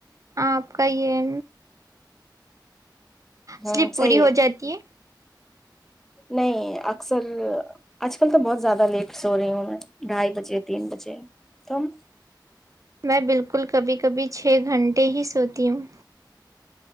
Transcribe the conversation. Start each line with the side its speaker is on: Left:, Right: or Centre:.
Right: آپ کا یہ
Centre: ہوں
Right: سلیپ پوری
Centre: صحیح
Right: ہو جاتی ہے
Centre: نہیں اکثر آج کل تو بہت زیادہ لیٹ سے ہو رہی ہوں ڈھائی بجے تین بجے تو ہم
Right: میں بالکل کبھی کبھی چھ گھنٹے ہی سوتی ہوں